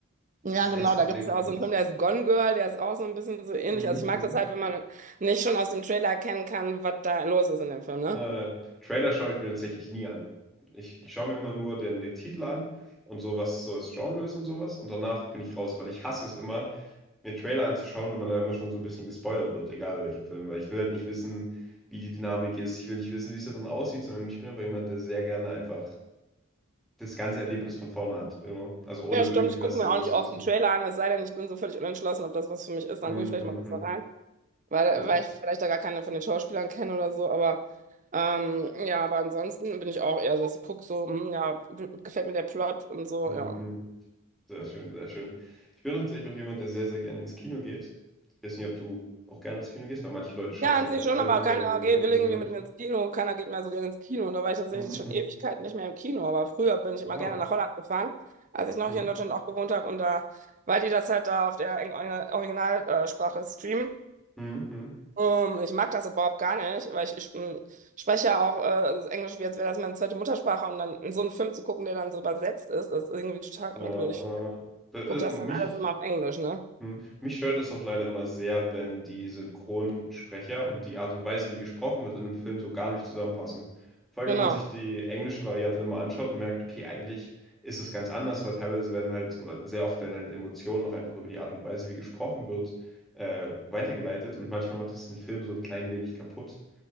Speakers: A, on the right; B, in the centre.
A: Ja,
B: Das einzige
A: genau, da
B: Problem
A: gibt es ja
B: für
A: auch
B: mich
A: so einen
B: ist.
A: Film, der ist Gone Girl, der ist auch so ein bisschen so ähnlich.
B: Mhm,
A: Also ich mag
B: mhm.
A: das halt, wenn man nicht schon aus dem Trailer erkennen kann, was da los ist in dem Film, ne?
B: Äh, Trailer schaue ich mir tatsächlich nie an. Ich, ich schaue mir immer nur den, den Titel an und so, was so das Genre ist und sowas. Und danach bin ich raus, weil ich hasse es immer, mir Trailer anzuschauen, wenn man da immer schon so ein bisschen gespoilert wird, egal welchen Film, weil ich will halt nicht wissen, wie die Dynamik ist. Ich will nicht wissen, wie es da drin aussieht, sondern ich bin einfach jemand, der sehr gerne einfach das ganze Erlebnis von vorne hat. You Also ohne
A: Ja,
B: irgendwie
A: stimmt. Ich
B: was
A: gucke
B: darüber
A: mir auch nicht
B: zu
A: oft
B: wissen.
A: einen Trailer an, es sei denn, ich bin so völlig unentschlossen, ob das was für mich ist. Dann
B: Hm,
A: gucke ich vielleicht
B: hm,
A: mal kurz
B: hm.
A: da rein, weil,
B: Oh,
A: weil ich vielleicht da gar keine von den Schauspielern kenne oder so. Aber ähm, ja, aber ansonsten bin ich auch eher so, dass ich gucke so, hm, ja, b- gefällt mir der Plot und so,
B: hm,
A: ja.
B: hm. Sehr schön, sehr schön. Ich bin tatsächlich auch jemand, der sehr, sehr gerne ins Kino geht. Ich weiß nicht, ob du auch gerne ins Kino gehst, weil manche Leute schauen
A: Ja,
B: zwar
A: an
B: gerne
A: sich schon,
B: Filme,
A: aber keiner
B: aber mögen
A: geht,
B: Kino
A: will
B: ja
A: irgendwie
B: so gar
A: mit
B: nicht.
A: mir ins Kino, keiner geht mehr so gerne ins Kino. Und da war ich tatsächlich
B: Hm,
A: schon
B: hm.
A: Ewigkeiten nicht mehr im Kino, aber früher bin ich
B: Wow.
A: immer gerne nach Holland gefahren, als ich noch
B: Hm,
A: hier in Deutschland auch gewohnt habe. Und da, weil die das halt da auf der Eng- Originalsprache streamen.
B: hm, hm.
A: Ähm, ich mag das überhaupt gar nicht, weil ich, ich ähm, spreche ja auch äh, so Englisch, wie als wäre das meine zweite Muttersprache. Und dann in so einen Film zu gucken, der dann so übersetzt ist, das ist irgendwie total
B: Äh,
A: merkwürdig. Ich
B: äh, äh,
A: gucke das
B: mich.
A: dann alles immer auf Englisch, ne?
B: Hm. Mich stört das auch leider immer sehr, wenn die Synchronsprecher und die Art und Weise, wie gesprochen wird in einem Film, so gar nicht zusammenpassen. Vor allem,
A: Genau.
B: wenn man sich die englische Variante dann mal anschaut und merkt, okay, eigentlich ist es ganz anders, weil teilweise werden halt, oder sehr oft werden halt Emotionen noch einfach über die Art und Weise, wie gesprochen wird, äh, weitergeleitet und manchmal macht das den Film so ein klein wenig kaputt.